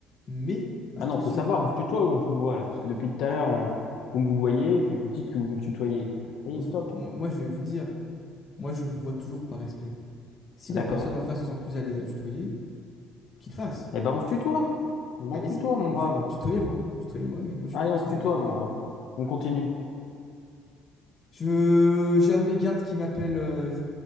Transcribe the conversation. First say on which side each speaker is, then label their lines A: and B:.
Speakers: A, on the left; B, on the left.
A: mais attention.
B: Maintenant, il faut savoir, on se tutoie ou on se vous voit là, parce que depuis tout à l'heure, on- vous me vous voyez et puis vous dites que vous me tutoyez. Ça y
A: vous-
B: est, stop.
A: moi, moi, je vais vous dire, moi, je vous vois toujours par respect. Si
B: D'accord.
A: la personne en face se sent plus à l'aise à tutoyer, qu'il fasse.
B: Eh ben, on se tutoie. Eh ben,
A: Allez-y,
B: on se tutoie, mon
A: vous-
B: brave.
A: tutoyez-moi, tutoyez-moi, mais moi, je
B: Allez,
A: continue
B: on se tutoie,
A: de vous vouer.
B: mon brave. On continue.
A: Je... J'ai un de mes gardes qui m'appelle, euh, je